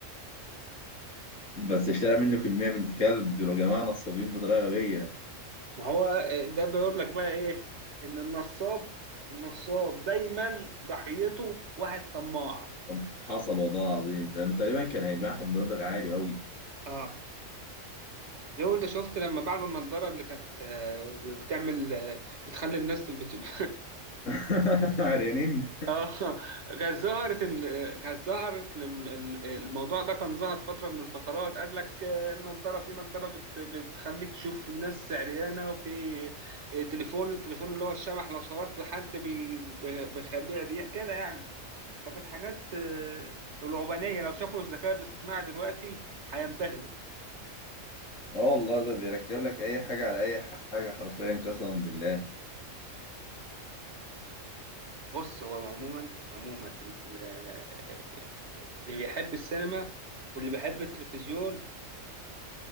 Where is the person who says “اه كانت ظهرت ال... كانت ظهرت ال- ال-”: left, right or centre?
Right